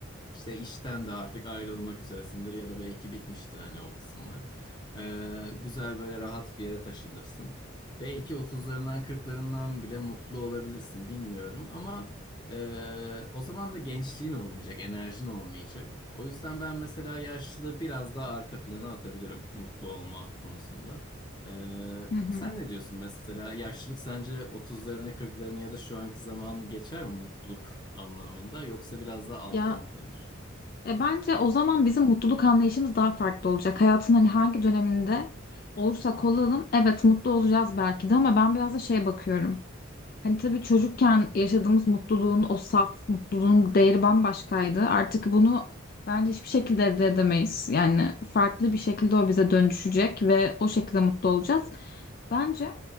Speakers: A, on the left; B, on the left.
A: İşte işten de artık ayrılmak üzeresindir ya da belki bitmiştir hani o kısımlar. Ee, güzel böyle rahat bir yere taşınırsın. Belki otuzlarından kırklarından bile mutlu olabilirsin bilmiyorum ama ee, o zaman da gençliğin olmayacak, enerjin olmayacak. O yüzden ben mesela yaşlılığı biraz daha arka plana atabilirim mutlu olma konusunda. Ee,
B: Hı hı.
A: sen ne diyorsun mesela yaşlılık sence 30'larını kırklarını ya da şu anki zamanı geçer mi mutluluk anlamında yoksa biraz daha altta
B: Ya
A: mı kalır?
B: e, bence o zaman bizim mutluluk anlayışımız daha farklı olacak. Hayatın hani hangi döneminde olursak olalım evet mutlu olacağız belki de ama ben biraz da şey bakıyorum. Hani tabii çocukken yaşadığımız mutluluğun o saf mutluluğun değeri bambaşkaydı. Artık bunu bence hiçbir şekilde elde edemeyiz. Yani farklı bir şekilde o bize dönüşecek ve o şekilde mutlu olacağız. Bence